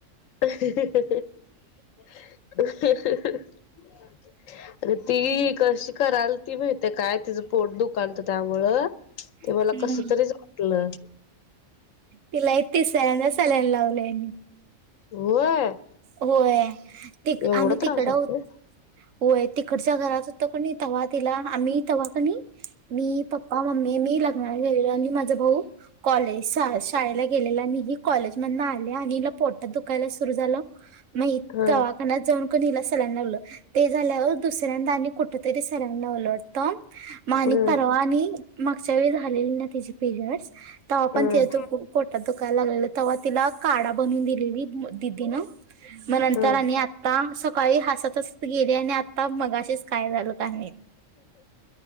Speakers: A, on the left (about 80°); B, on the right (about 75°).
A: <unintelligible> ती कशी करालती माहितेय काय तिजं पोट दुखालतं त्यामुळं.
B: हम्म
A: कस तरीच वाटलं.
B: तिला हे तिसऱ्यांदा सलाईन लावलय.
A: होय.
B: होय ती
A: एवढा
B: आम्ही
A: त्रास
B: तिकड
A: होतोय.
B: होत. होय तिकडच्या घरात होतं कण तवा्हा तिला आम्ही तवा्हा कणी. मी पपा मम्मी मी लग्नाला गेलेल आणि माझ भाऊ असे. शाळेला गेलेला आणि हि कॉलेजमधन आले आणि हिला पोटात दुखायला सुरु झालं. मग इत
A: हम्म
B: दवाखानत जाऊन इला सलाईन लावलं. ते झाल्यावर दुसऱ्यांदा आणि कुठेतरी सलाईन लावलं होत मग
A: हम्म
B: परवा आणि. मागच्या वेळी झालेली ना तिची पिरयडस तेव्हा
A: हम्म
B: पण तिच्या पोटात. कालं आलेलं तेव्हा तिला काडा बनून दिलेली दिदीन मग नंतर
A: हम्म
B: आणि. आता सकाळी हसत हसत गेले आणि आता मग असेच काय झालं का नाही.